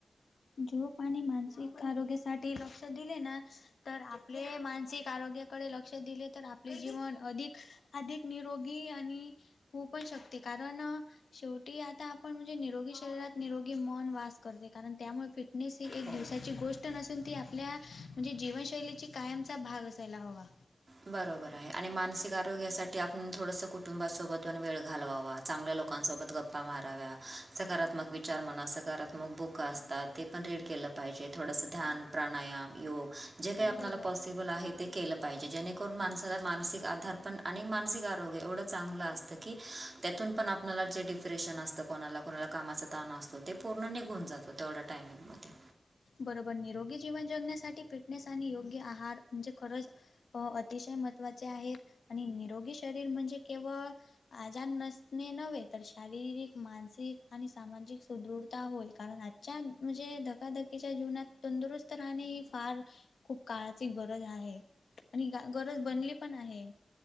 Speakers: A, on the left; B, on the right.
A: झोप आणि मानसिक आरोग्यासाठी लक्ष दिले ना तर आपले मानसिक आरोग्याकडे लक्ष दिले तर आपले जीवन अधिक अधिक निरोगी आणि होऊ पण शकते, कारण शेवटी आता आपण म्हणजे निरोगी शरीरात निरोगी मन वास करते, कारण त्यामुळे फिटनेस ही एक
B: हो
A: दिवसाची गोष्ट नसून ती आपल्या म्हणजे जीवनशैली कायमचा भाग असायला हवा.
B: बरोबर आहे, आणि मानसिक आरोग्यासाठी आपण थोडसं कुटुंबासोबत पण वेळ घालवावा. चांगल्या लोकांसोबत गप्पा माराव्या, सकारात्मक विचार म्हणा, सकारात्मक बुकं असतात ते पण रीड केलं पाहिजे, थोडसं ध्यान, प्राणायाम, योग जे काही
A: बरोबर
B: आपल्याला पॉसिबल आहे ते केलं पाहिजे, जेणे करून माणसाला मानसिक आधार पण, आणि मानसिक आरोग्य, एवढं चांगलं असतं की त्यातून पण आपल्याला जे डिप्रेशन असतं, कोणाला कोणाला कामाच ताण असतो, ते पूर्ण निघून जातो, तेवढा टायमिंगमध्ये.
A: बरोबर, निरोगी जीवन जगण्यासाठी फिटनेस, आणि योग्य आहार, म्हणजे खरच अ अतिशय महत्त्वाचे आहेत, आणि निरोगी शरीर म्हणजे केवळ आजार नसणे नव्हे, तर शारीरिक, मानसिक, आणि सामाजिक सुदृढता होय, कारण आ छान, म्हणजे धका धकी तिच्या जीवनात तंदुरुस्त राहणे ही फार खूप काळाची गरज आहे. आणि ग गरज बनली पण आहे.